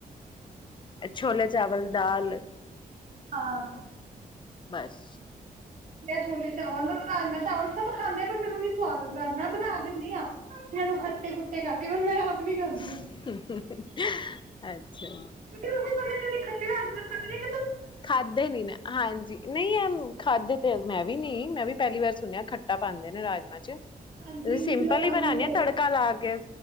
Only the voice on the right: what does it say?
ਹਾਂ
ਛਲੇ ਚਾਵਲ ਰਾਜਮਾਂ ਚਾਵਲ ਸਭ ਖਾਂਦੇ ਆ ਪਰ ਮੈਨੂੰ ਨੀ ਸਵਾਦ ਲੱਦਾ ਰਾਜਮਾਂ ਬਣਾ ਦਿੰਦੀ ਆਾਂ ਮੈਨੂੰ ਖੱਟੇ ਖੁੱਟੇ ਕਰਕੇ ਮੈਂ ਨੀ ਖਾਂਦੀ
ਆ
ਕਿਉਂਕਿ ਪਹਿਕੇ ਕਦੇ ਖੱਟੇ ਰਾਜਾ ਖਾਦੇ ਨੀ
ਹਾਂਜੀ
ਇਮਲੀ
ਦਾ ਪਾਣੀ
ਘੋਲ
ਕੇ